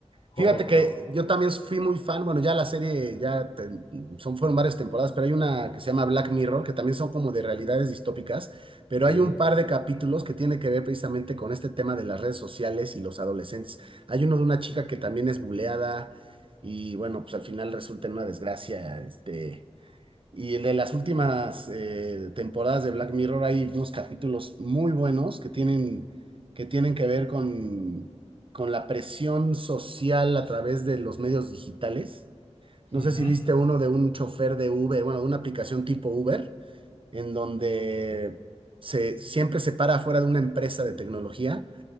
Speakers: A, on the right (about 50°); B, on the left (about 55°).
A: Fíjate
B: Correcto.
A: que yo también fui muy fan, bueno, ya la serie, ya te- son, fueron varias temporadas, pero hay una que se llama Black Mirror, que también son como de realidades distópicas, pero
B: Sí.
A: hay un par de capítulos que tiene que ver precisamente con este tema de las redes sociales y los adolescentes. Hay uno de una chica que también es buleada y bueno, pues al final resulta en una desgracia, este... Y el de las últimas eh, temporadas de Black Mirror hay unos capítulos muy buenos que tienen que, tienen que ver con, con la presión social a través de los medios digitales. No
B: Ujú.
A: sé si viste uno de un chofer de Uber, bueno, de una aplicación tipo Uber, en donde
B: Sí,
A: se, siempre se para afuera de una empresa de tecnología